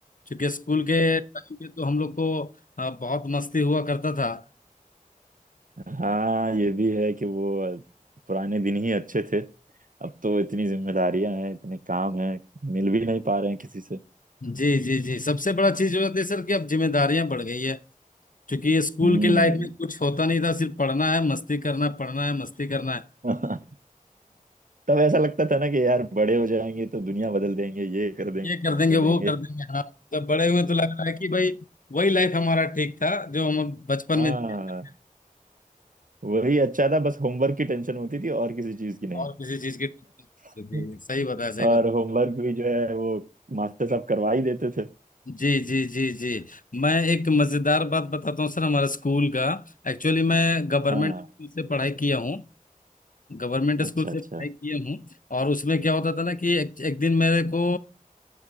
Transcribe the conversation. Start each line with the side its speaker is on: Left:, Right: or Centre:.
Left: क्योंकि स्कूल के टाइम पे तो हम लोग को आ, बहुत मस्ती हुआ करता था
Right: हाँ ये भी है कि वो पुराने दिन ही अच्छे थे अब तो इतनी जिम्मेदारियां हैं इतने काम हैं मिल भी नहीं पा रहे हैं किसी से
Left: जी जी जी सबसे बड़ा चीज हो जाती है सर कि अब जिम्मेदारियां बढ़ गई है क्योंकि स्कूल
Right: हम्म
Left: के लाइफ में कुछ होता नहीं था सिर्फ पढ़ना है मस्ती करना है पढ़ना है मस्ती करना है
Right: <laughs> तब ऐसा लगता था ना कि यार बड़े हो जाएंगे तो दुनिया बदल देंगे ये कर देंगे
Left: ये कर
Right: वो
Left: देंगे
Right: कर देंगे
Left: वो कर देंगे हाँ मतलब बड़े हुए तो लग रहा है कि भाई वही लाइफ हमारा ठीक था जो हम बचपन
Right: हाँ
Left: में जिए थे।
Right: वही अच्छा था बस होमवर्क की टेंशन होती थी और किसी चीज की नहीं
Left: और किसी चीज की
Right: <laughs>
Left: जी, सही बताया सही
Right: और
Left: बताया
Right: होमवर्क भी जो है वो मास्टर साहब करवा ही देते थे
Left: जी जी जी जी मैं एक मजेदार बात बताता हूँ सर हमारे स्कूल का एक्चुअली मैं गवर्नमेंट
Right: हाँ
Left: स्कूल से पढ़ाई किया हूँ गवर्नमेंट
Right: अच्छा
Left: स्कूल से
Right: अच्छा
Left: पढ़ाई किया हूँ और उसमें क्या होता था ना कि एक, एक दिन मेरे को